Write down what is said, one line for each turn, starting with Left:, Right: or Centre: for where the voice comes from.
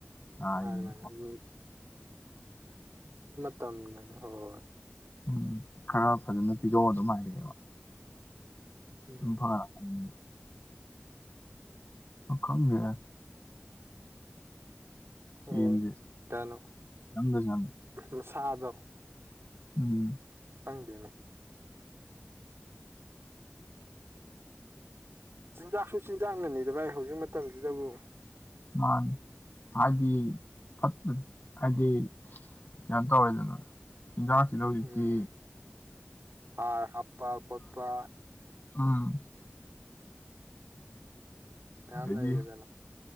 Left: ꯉꯏꯅꯤ
Right: ꯃꯥꯅꯤ ꯃꯥꯅꯤ ꯎꯝ ꯇꯝꯅꯅꯤ ꯍꯣꯏ
Left: ꯎꯝ ꯈꯔ ꯐꯖꯅ ꯄꯤꯊꯣꯛꯑꯣ ꯑꯗꯨꯝ ꯍꯥꯏꯔꯛꯑꯦꯕ
Right: ꯎꯝ
Left: ꯐ ꯎ ꯑ ꯈꯪꯒꯦ
Right: ꯍꯣꯏ
Left: ꯆꯦꯟꯁꯦ
Right: ꯀꯩꯅꯣ
Left: ꯈꯤꯇꯪꯗ ꯆꯪ
Right: ꯃꯁꯥꯗꯣ
Left: ꯎꯝ
Right: ꯈꯪꯗꯦꯅꯦ ꯆꯤꯟꯖꯥꯛꯁꯨ ꯆꯤꯟꯖꯥꯛꯅꯅꯤꯗ ꯚꯥꯏ ꯍꯧꯖꯤꯛ ꯃꯇꯝꯁꯤꯗꯕꯨ
Left: ꯃꯥ ꯍꯥꯏꯗꯤ ꯐ ꯍꯥꯏꯗꯤ ꯀꯩꯅꯣ ꯇꯧꯋꯦꯗꯅ ꯆꯤꯟꯖꯥꯛꯁꯤꯗ ꯍꯧꯖꯤꯛꯇꯤ
Right: ꯎꯝ ꯍꯥꯔ ꯍꯥꯞꯄꯄꯥ ꯈꯣꯠꯄ
Left: ꯑꯝ
Right: ꯑꯝ
Left: ꯑꯗꯩꯗꯤ
Right: ꯂ ꯂꯩꯗꯅꯣ